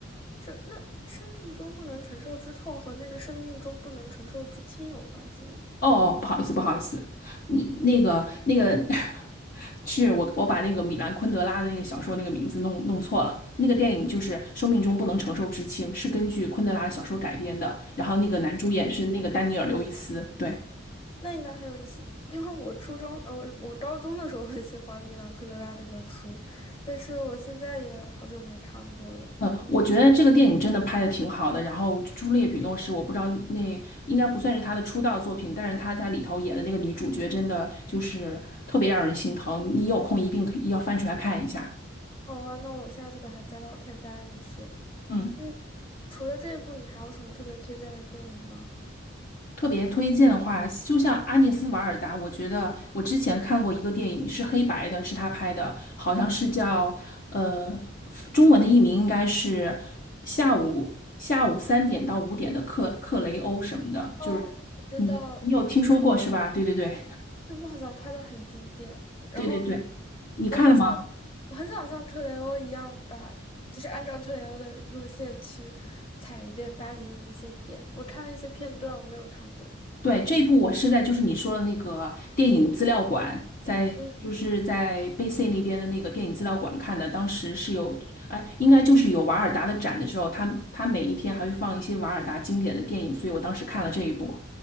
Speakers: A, on the left; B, on the left.
A: 是那《生命中不能承受之痛》和那个《生命中不能承受之轻》有关系吗？
B: 哦，哦不好意思，不好意思，你那个那个 <laughs> 是我我把那个米兰昆德拉的那个小说那个名字弄弄错了。那个电影就是《生命中不能承受之轻》，是根据昆德拉的小说改编的。然后那个男主演是那个丹尼尔·刘易斯。对，
A: 那应该很有意思，因为我初中呃，我我高中的时候很喜欢米兰昆德拉那本书，但是我现在也好久没看过了。
B: 嗯，
A: 嗯，
B: 我觉得这个电影真的拍的挺好的。然后朱丽叶·比诺是我不知道那应该不算是他的出道作品，但是他在里头演的那个女主角真的就是特别让人心疼。你有空一定可以要翻出来看一下。
A: 好啊，那我现在就把它加到片单里去。
B: 嗯。
A: 嗯，除了这一部，你还有什么特别推荐的电影吗？
B: 特别推荐的话，就像阿涅斯瓦尔达，我觉得我之前看过一个电影是黑白的，是他拍的，好像是叫呃，中文的译名应该是下午下午三点到五点的克克雷欧什么的，
A: 哦，
B: 就是
A: 我知道
B: 嗯，你有听说过是吧？对对对
A: 这部好像拍的很经典，然后
B: 对对对，你看了吗？
A: 我很想，我很想像特雷欧一样把，就是按照特雷欧的路线去踩一遍巴黎的那些点。我看了一些片段，我没有看过。
B: 对，这一部我是在就是你说的那个电影资料馆，在就是在
A: 嗯
B: b c 那边的那个电影资料馆看的。当时是有，哎，应该就是有瓦尔达的展的时候，他他每一天还会放一些瓦尔达经典的电影，所以我当时看了这一部。